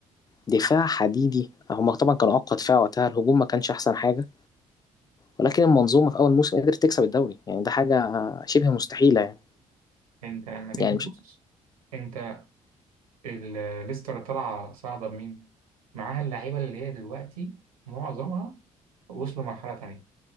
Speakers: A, on the left (about 20°); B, on the right (about 80°).
A: دفاع حديدي هما طبعا كانوا اقوى دفاع وقتها الهجوم ما كانش احسن حاجه ولكن المنظومه في اول موسم قدرت تكسب الدوري يعني ده حاجه آه، شبه مستحيله يعني
B: أنت لما تيجي
A: يعني
B: تبص
A: مش
B: أنت ال- ليستر طالعة صاعدة بمين؟ معاها اللعيبة اللي هي دلوقتي معظمها وصلوا مرحلة تانية